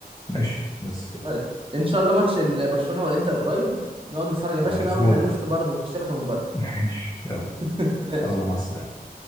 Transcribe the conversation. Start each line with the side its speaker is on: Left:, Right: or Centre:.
Left: ماشي بس كده
Right: طيب ان شاء الله ماتش ال- برشلونه والانتر قريب نقعد نتفرج يا باشا
Left: آه، الأسبوع
Right: بقى ونخليهم
Left: ده
Right: يشوطوا برضه في الشبكه من بره
Left: ماشي يلا
Right: <laughs> ماشي
Left: يلا مع السلامة